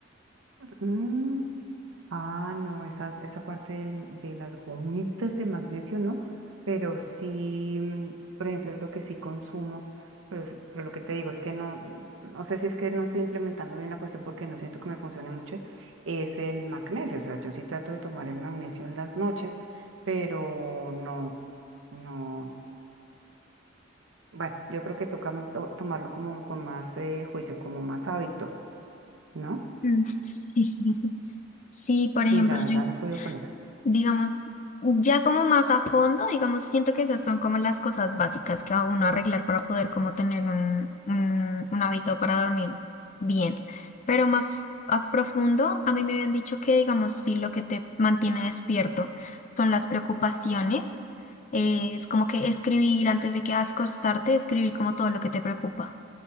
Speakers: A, on the right; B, on the left.
A: Mm, Ah, no, esas, esa parte del- de las gomitas de magnesio no, pero sí, mm, por ejemplo, lo que sí consumo, pero, es- pero lo que te digo es que no, no sé si es que no estoy implementando bien la cuestión porque no siento que me funcione mucho, es el magnesio, o sea, yo sí trato de tomar el magnesio en las noches, pero no, no, bueno, yo creo que toca to- tomarlo como con más eh, juicio, como más hábito, ¿no?
B: Mm. Sí, <laughs> sí, por
A: Sí,
B: ejemplo,
A: la verdad
B: yo
A: no he podido con eso.
B: Digamos, ya como más a fondo, digamos, siento que esas son como las cosas básicas que a uno arreglar para poder como tener un, un, un hábito para dormir bien. Pero más a profundo, a mí me habían dicho que, digamos, si lo que te mantiene despierto son las preocupaciones, eh, es como que escribir antes de que acostarte, escribir como todo lo que te preocupa.